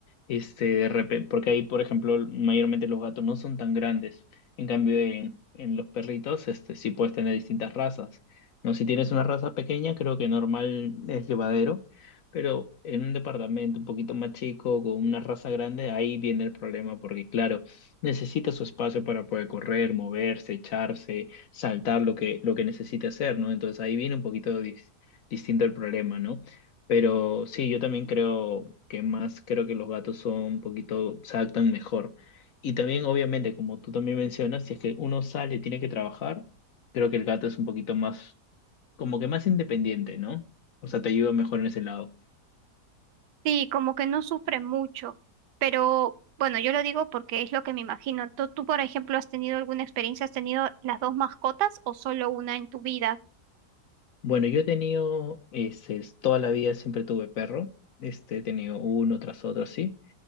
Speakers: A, on the left; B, on the right.
A: Este, de repe- porque ahí, por ejemplo, mayormente los gatos no son tan grandes, en cambio en, en los perritos, este, sí puedes tener distintas razas, ¿no? Si tienes una raza pequeña, creo que normal es llevadero, pero en un departamento un poquito más chico, con una raza grande, ahí viene el problema, porque claro, necesita su espacio para poder correr, moverse, echarse saltar lo que, lo que necesite hacer, ¿no? Entonces ahí viene un poquito dis- distinto el problema, ¿no? Pero sí, yo también creo que más, creo que los gatos son un poquito, se adaptan mejor. Y también, obviamente, como tú también mencionas, si es que uno sale y tiene que trabajar, creo que el gato es un poquito más, como que más independiente, ¿no? O sea, te ayuda mejor en ese lado.
B: Sí, como que no sufre mucho, pero bueno, yo lo digo porque es lo que me imagino. ¿Tú, tú, por ejemplo, has tenido alguna experiencia? ¿Has tenido las dos mascotas o solo una en tu vida?
A: Bueno, yo he tenido, este, toda la vida siempre tuve perro, este, he tenido uno tras otro, sí.